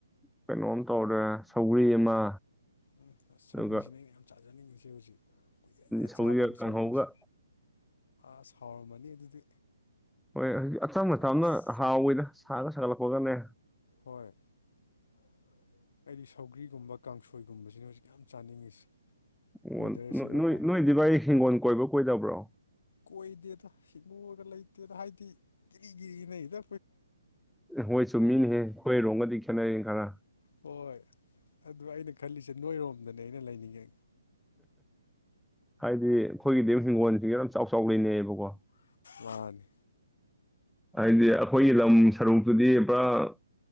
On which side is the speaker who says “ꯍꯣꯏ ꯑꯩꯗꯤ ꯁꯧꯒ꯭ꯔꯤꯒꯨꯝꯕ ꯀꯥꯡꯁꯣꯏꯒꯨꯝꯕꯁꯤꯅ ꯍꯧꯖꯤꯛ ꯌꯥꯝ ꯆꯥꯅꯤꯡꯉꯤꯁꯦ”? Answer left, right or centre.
Left